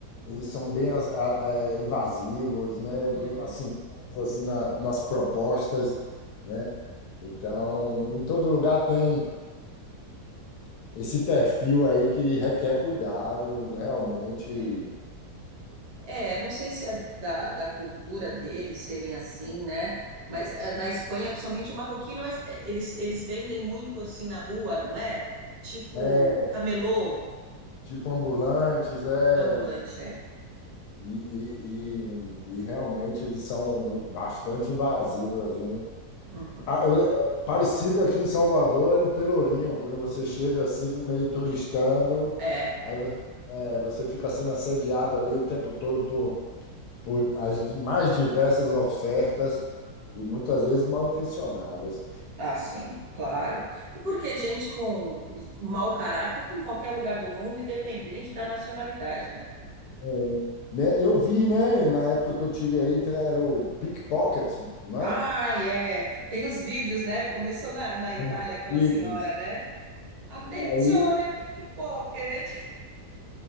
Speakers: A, on the left; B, on the right.
A: Eles são bem a- a- a- invasivos, né? Bem,
B: Uhum,
A: assim, assim na- nas propostas, né? Então, em todo lugar tem esse perfil aí que requer cuidados, realmente.
B: é. É, não sei se é da, da cultura deles serem assim, né? Mas é, na Espanha, principalmente o marroquino, é- é, eles, eles vendem muito assim na rua, não é? Tipo
A: É,
B: camelô
A: tipo ambulantes, é,
B: ambulante, é.
A: e, e, e, e realmente eles são bastante invasivos, assim.
B: Uhum.
A: Ah, eu- é parecido aqui em Salvador é no Pelourinho, quando você chega assim, meio turistando,
B: É.
A: aí você, é, você fica sendo assediado ali o tempo todo por, por as mais diversas ofertas e muitas vezes mal intencionadas.
B: Ah, sim, claro. E Porque gente com mau caráter tem em qualquer lugar do mundo, independente da nacionalidade, né?
A: É, né, eu vi, né, na época que eu tive aí, te- era o pickpocket, né?
B: Ah, é. Tem os vídeos, né? Começou na, na Itália
A: Os
B: aquela
A: livros.
B: senhora, né? Attenzione,
A: Aí,
B: pickpocket.